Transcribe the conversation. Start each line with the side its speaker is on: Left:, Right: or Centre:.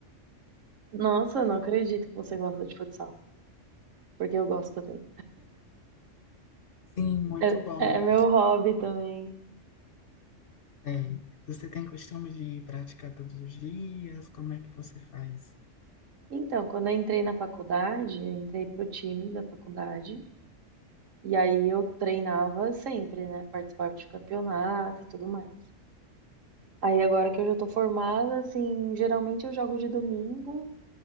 Right: Nossa, não acredito que você gosta de futsal, porque eu gosto também.
Left: Sim, muito
Right: É,
Left: bom.
Right: é meu hobby também.
Left: Tem. Você tem costume de praticar todos os dias? Como é que você faz
Right: Então, quando eu entrei na faculdade, eu entrei pro time da faculdade, e aí eu treinava sempre, né? Participava de campeonato e tudo mais. Aí agora que eu já tô formada, assim, geralmente eu jogo de domingo